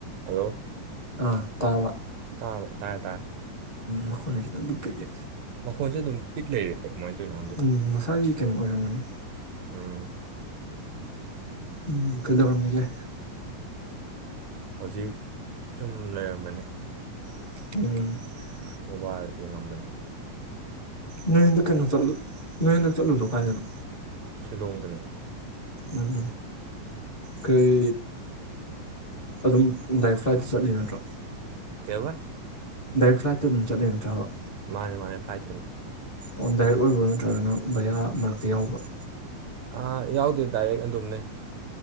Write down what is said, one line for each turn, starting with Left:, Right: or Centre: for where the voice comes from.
Right: Hello
Left: ꯑꯥ ꯇꯥꯕ
Right: ꯇꯥꯔꯕ ꯇꯔꯦ ꯇꯔꯦ
Left: ꯃꯈꯣꯟꯅ ꯈꯤꯇꯪꯗꯤ ꯄꯤꯛꯏ
Right: ꯃꯈꯣꯟꯁꯨꯦ ꯑꯗꯨꯝ ꯄꯤꯛ ꯂꯩꯔꯦ ꯀꯃꯥꯏꯅ ꯇꯧꯅꯣ ꯈꯪꯗ
Left: ꯎꯝ ꯃꯁꯥꯒꯤ ꯀꯩꯅꯣ ꯑꯣꯏꯔꯝꯒꯅꯤ
Right: ꯎꯝ
Left: ꯎꯝ ꯀꯩꯗꯧꯔꯝꯃꯤꯒꯦ
Right: ꯍꯧꯖꯤꯛ ꯁꯨꯝ ꯂꯩꯔꯝꯕꯅꯤ
Left: <unintelligible>
Right: ꯃꯣꯕꯥꯏꯜ ꯌꯦꯡꯉꯝꯕꯅꯤ
Left: ꯅꯣꯏ ꯍꯗꯀ ꯀꯩꯅꯣ ꯆꯠ ꯅꯣꯏ ꯍꯜꯗꯛ ꯆꯠꯂꯨꯕꯗꯣ ꯗꯀꯥꯏꯗꯅꯣ
Right: ꯁꯤꯂꯣꯡꯗꯅꯤ
Left: ꯎꯝ ꯀꯩ ꯑꯗꯨꯝ ꯗꯥꯏꯔꯦꯛ ꯐ꯭ꯂꯥꯏꯠꯇ ꯆꯠꯂꯤ ꯅꯠꯇ꯭ꯔꯣ
Right: ꯀꯕ
Left: ꯗꯥꯏꯔꯦꯛ ꯐ꯭ꯂꯥꯏꯠꯇ ꯑꯗꯨꯝ ꯆꯠꯂꯤ ꯅꯠꯇ꯭ꯔꯕ
Right: ꯃꯥꯅꯦ ꯃꯥꯅꯦ ꯐ꯭ꯂꯥꯏꯇꯅꯦ
Left: ꯑꯣ ꯗꯥꯏꯔꯦꯛ ꯑꯣꯏꯕ꯭ꯔꯣ ꯅꯠꯇ꯭ꯔꯒꯅ ꯚꯌꯥ ꯃꯔꯛꯇ ꯌꯥꯎꯕ꯭ꯔꯥ
Right: ꯑ ꯌꯥꯎꯗꯦ ꯗꯥꯏꯔꯦꯛ ꯑꯗꯨꯝꯅꯦ